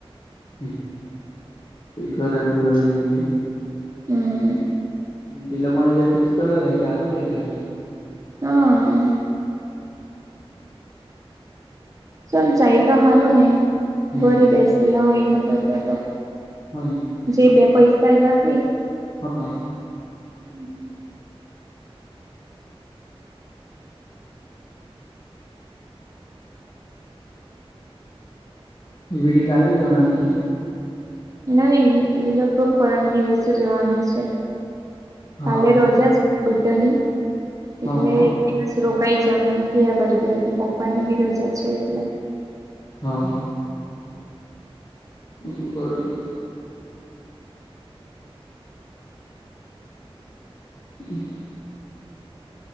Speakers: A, on the left (about 50°); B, on the right (about 35°).
A: હ કોઈ ઘરા કી હોય નની-
B: હમ
A: જે લોકોને જે ફિક્સ કરે એ આપી દે-
B: હા ચાલ જાય તો સારું ને
A: હમ
B: ઘરે બેસેલા હો એના કરતા તો-
A: હા
B: જે બે પૈસા એવા તે-
A: હા-
B: હમ <inaudible>
A: વિડી કાલે જવાની છે.
B: નહી એ લગભગ પરમ દિવસે જવાનું છે કાલે
A: હા
B: રોજા જ- બધાની એટલે-
A: હા હા
B: બસ રોકાઈ જમે એમ કયા કરતી હતી પપ્પા ની બી રજા છે એટલે-
A: હા- હ બરોબર- હમ <inaudible>